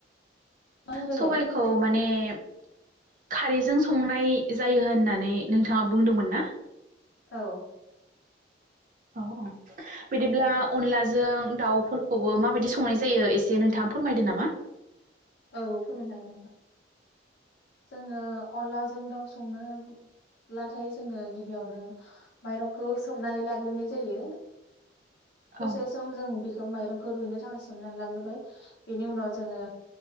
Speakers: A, on the left; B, on the right.
A: नोंथां बुंग्रोलाय
B: सबाइखौ माने <unintelligible> खारैजों संनाय जायो होननानै नोंथाङा बुंदोंमोन ना
A: औ
B: औ औ बिदिब्ला
A: औ
B: अनलाजों दाउफोरखौबो माबायदि संनाय जायो एसे नोंथाङा फोरमायदो नामा
A: औ फोरमायनो हागोन नोंथां जोङो अनलाजों दाउ संनोब्लाथाय जोङो गिबियावनो माइरंखौ सोमनानै लाग्रोनाय जायो
B: औ
A: दसे सम जों बेखो माइरं खौ रुइैनो थाखाय सोमनानै लाग्रोबाय बेनि उनाव जोङो